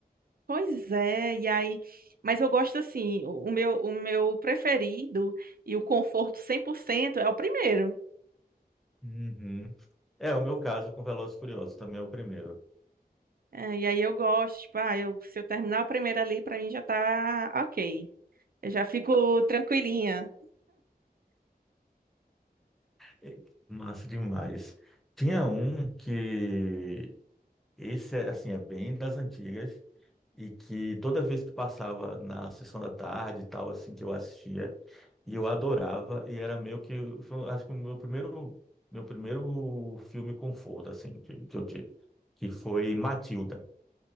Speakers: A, on the right; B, in the centre.
A: pois é, e aí, mas eu gosto assim, o o meu, o meu preferido e o conforto 100% é o primeiro.
B: Uhum. É, o meu caso com Velozes e Furiosos também é o primeiro.
A: É, e aí eu gosto, tipo, ah, eu, se eu terminar o primeiro ali, para mim já tá ok. Eu já fico tranquilinha.
B: É, massa demais. Tinha um que esse é assim é bem das antigas e que toda vez que passava na sessão da tarde e tal assim que eu assistia e eu adorava e era meio que foi, acho que o meu primeiro meu primeiro filme conforto assim que, que eu tive que foi Matilda.